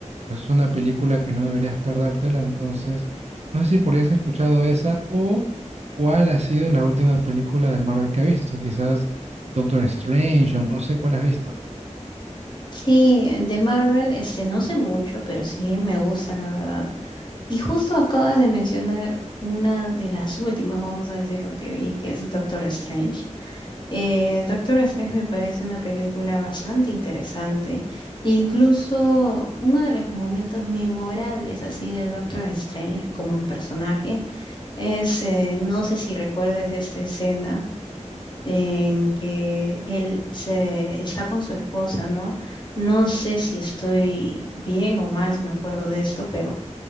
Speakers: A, on the right; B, on the left.
A: pues es una película que no deberías perdértela. Entonces, no sé si por ahí has escuchado esa o cuál ha sido la última película de Marvel que has visto. Quizás Doctor Strange o no sé cuál has visto.
B: Sí, de Marvel, este, no sé mucho, pero sí me gustan, la verdad. Y justo acabas de mencionar una de las últimas, vamos a decir lo que vi, que es Doctor Strange. Eh, Doctor Strange me parece una película bastante interesante. Incluso uno de los momentos memorables así del Doctor Strange como el personaje es, eh, no sé si recuerdes esta escena en que él se está con su esposa, ¿no? No sé si estoy bien o mal, si me acuerdo de esto, pero